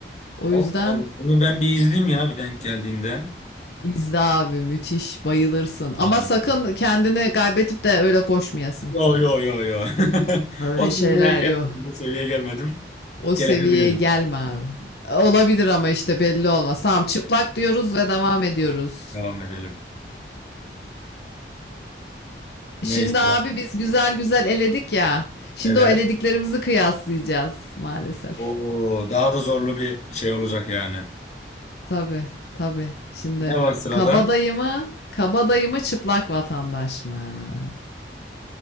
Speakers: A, on the left; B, on the left.
A: O
B: Allah
A: yüzden
B: Allah. Bunu ben bir izleyeyim ya bir denk geldiğinde.
A: İzle abi müthiş bayılırsın.
B: Vay.
A: Ama sakın kendini kaybetip de öyle koşmayasın.
B: Yo yo yo yo. <laughs>
A: Öyle
B: O seviyeye
A: şeyler
B: gelmedim.
A: yok.
B: O seviyeye gelmedim.
A: O
B: Gelebilirim.
A: seviyeye gelme abi. Olabilir ama işte belli olmaz. Tamam çıplak diyoruz ve devam ediyoruz.
B: Devam edelim. Ne
A: Şimdi
B: sıra?
A: abi biz güzel güzel eledik ya. Şimdi
B: Evet.
A: o elediklerimizi kıyaslayacağız maalesef.
B: Oo, daha da zorlu bir şey olacak yani.
A: Tabii tabii. Şimdi
B: Ne var sırada?
A: kabadayı mı? Kabadayı mı çıplak vatandaş mı?